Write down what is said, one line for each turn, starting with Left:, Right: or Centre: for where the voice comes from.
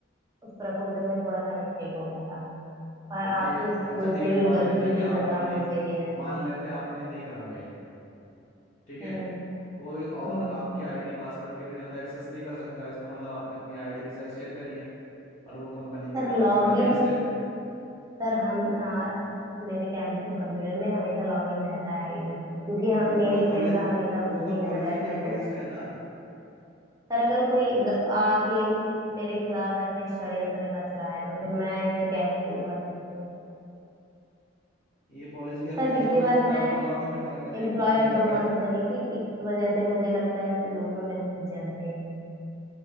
Right: उस प्रपोजल में थोड़ा सा मिस्टेक हो गया था और
Left: देखिए
Right: आप उस
Left: अच्छा
Right: दूसरे
Left: ठीक है
Right: की
Left: मान
Right: गलती
Left: लेते हैं
Right: की
Left: कि आपने
Right: सजा
Left: नहीं
Right: मुझे दे रहे
Left: मान
Right: हैं
Left: लेते हैं आपने नहीं करा मेल ठीक है
Right: हम्म
Left: कोई और
Right: हम्म
Left: आपकी आईडी पासवर्ड के बिना तो एक्सेस नहीं कर सकता इसका मतलब आपने अपनी आईडी किसी से शेयर करी है और वो कंपनी की
Right: सर
Left: पॉलिसी
Right: लॉगिन
Left: के अगेंस्ट है
Right: सर हम आ, मेरे कैंप कंप्यूटर में हमेशा लॉगिन रहता है आईडी क्योंकि हम,
Left: तो वो
Right: मेल
Left: तो पॉलिसी
Right: मेल का हमेशा
Left: वो
Right: भेजना
Left: तो पॉलिसी
Right: रहता
Left: के अगेंस्ट
Right: है तो
Left: है ना
Right: सर अगर कोई ग- आके मेरे खिलाफ ऐसे षड्यंत्र रच रहा है तो फिर मैं इसमें कैसे वो कर सकती हूँ
Left: ये पॉलिसी के अगेंस्ट
Right: सर पिछली
Left: है वो
Right: बार
Left: तो शुक्र
Right: मैं
Left: मनाओ कि मैं टर्मिनेट
Right: एम्प्लॉय
Left: कर नहीं
Right: ऑफ
Left: कर
Right: द
Left: रहा
Right: मंथ बनी थी इस वजह से मुझे लगता है लोग ना मेरे से जलते हैं